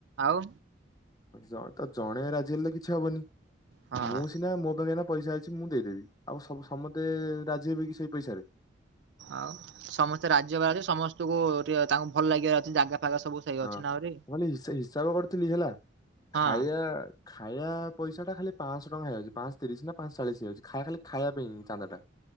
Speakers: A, on the right; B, on the left.
A: ଆଉ
B: ହୁଁ ତ ଜଣେ ରାଜି ହେଲେ କିଛି ହବନି
A: ହଁ
B: ମୁଁ ସିନା ମୋ ପାଖେନା ପଇସା ଅଛି ମୁଁ ଦେଇଦେବି ଆଉ ସମତେ ରାଜି ହେବେ କି ସେଇ ପଇସାରେ?
A: ଆଉ ସମସ୍ତେ ରାଜି ହବାର ଅଛି ସମସ୍ତଙ୍କୁ ଟ ତାଙ୍କୁ ଭଲ ଲାଗିବା ଅଛି ଜାଗା ଫାଗା ସବୁ ସେଇ
B: ହଁ
A: ଅଛି ନା ଆହୁରି।
B: ମୁଁ ଅଲି ହିସା ହିସାବ କରୁଥିଲି ହେଲା
A: ହଁ
B: ଖାଇବା ଖାଇବା ପଇସା ଟା ଖାଲି ପାଂଶହ ଟଙ୍କା ହେଇଯାଉଛି ପାଂଶ ତିରିଶ ନା ପାଂଶ ଚାଳିଶି ହେଇଯାଉଚି ଖାଇବା ଖାଲି ଖାଇବା ପାଇଁ ଚାନ୍ଦାଟା।